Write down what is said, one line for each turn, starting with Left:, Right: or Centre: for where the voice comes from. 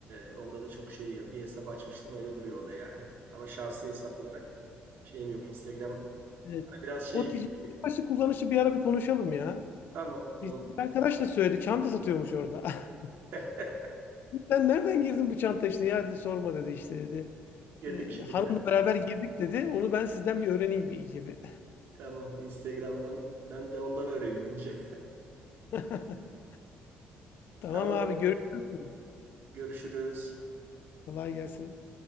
Right: e, onda da çok şey bir hesap açmıştım öyle duruyor o da yani. Ama şahsi hesap olarak şeyim yok. Instagram
Left: Evet.
Right: bana biraz şey
Left: O
Right: gibi
Left: ticaret
Right: geliyor.
Left: kullanışı bir ara bir konuşalım ya.
Right: Tamam olur.
Left: Biz bir arkadaş da söyledi. Çanta satıyormuş orada. <laughs>
Right: <laughs>
Left: Sen nereden girdin bu çanta işine? Ya dedi sorma dedi işte dedi.
Right: Girdik
Left: Ee,
Right: bir şekilde.
Left: hanımla beraber girdik dedi. Onu ben sizden bir öğreneyim bir iyice bir.
Right: Tamam Instagram'dan. Ben de ondan öğreneyim önce.
Left: <laughs> Tamam
Right: <laughs> Tamam
Left: abi
Right: oldu.
Left: görüşürüz.
Right: Görüşürüz.
Left: Kolay gelsin.